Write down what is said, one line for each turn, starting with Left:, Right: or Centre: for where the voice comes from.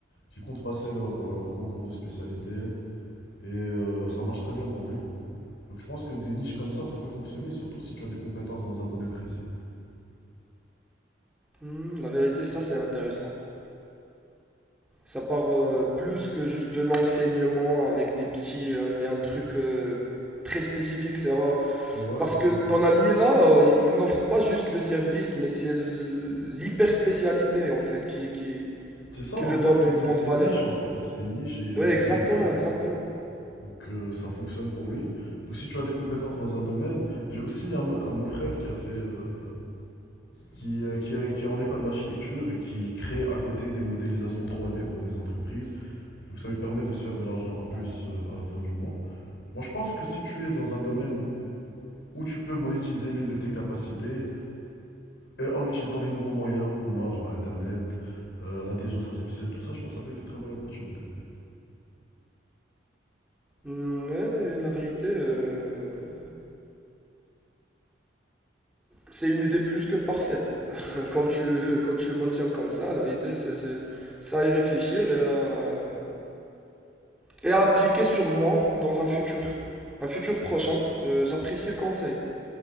Left: qui comptent passer leur, euh, leur concours de spécialité. Et euh, ça marche très bien pour lui. Donc je pense que des niches comme ça, ça peut fonctionner, surtout si tu as des compétences dans un domaine précis.
Centre: Hmm, la vérité, ça, c'est intéressant. Ça part euh, plus que juste de l'enseignement avec des petits, euh, mais un truc euh, très spécifique. Ça va.
Left: Ouais,
Centre: Parce
Left: c'est
Centre: que ton
Left: ça.
Centre: ami, là, euh, il n'offre pas juste le service, mais c'est l'hyper spécialité, en fait, qui, qui,
Left: C'est ça,
Centre: qui
Left: en
Centre: le
Left: gros,
Centre: donne
Left: c'est
Centre: une
Left: une,
Centre: grande
Left: c'est
Centre: valeur.
Left: une niche en fait. C'est une niche et il est
Centre: Oui,
Left: le
Centre: exactement,
Left: seul à le faire.
Centre: exactement.
Left: Donc euh, ça fonctionne pour lui. Donc si tu as des compétences dans un domaine, j'ai aussi un, un- mon frère qui a fait, euh, qui, euh, qui, est- qui est en école d'architecture et qui crée à côté des modélisations 3D pour des entreprises. Donc ça lui permet de se faire de l'argent en plus
Centre: Sympa.
Left: euh, à la fin du mois. Moi je pense que si tu es dans un domaine où tu peux monétiser l'une de tes capacités et en utilisant les nouveaux moyens qu'on a, genre Internet, euh, l'intelligence artificielle, tout ça, je pense que ça peut être une très bonne opportunité.
Centre: Mm, Mais la vérité, euh, c'est une idée plus que parfaite. <laughs> Quand tu, quand tu le mentionnes comme ça, la vérité, c'est, c'est, c'est à y réfléchir et à, et à appliquer sur moi dans un futur, un futur prochain. Euh, j'apprécie le conseil.